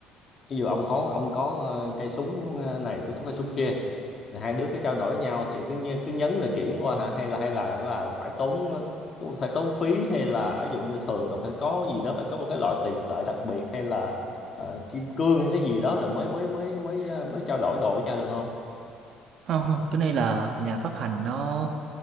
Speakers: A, on the left; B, on the right.
A: ví dụ ông có ông có ờ, cây súng ờ, này tôi có cây súng kia thì hai đứa cứ trao đổi nhau thì cứ nh- cứ nhấn rồi chuyển qua hả hay là hay là là phải tốn ờ, phải tốn phí hay là ví dụ như thường là phải có gì đó phải có một cái loại tiền tệ đặc biệt hay là ờ, kim cương hay cái gì đó rồi mới mới mới mới ờ, mới trao đổi đồ với nhau được không
B: không không cái này là nhà phát hành nó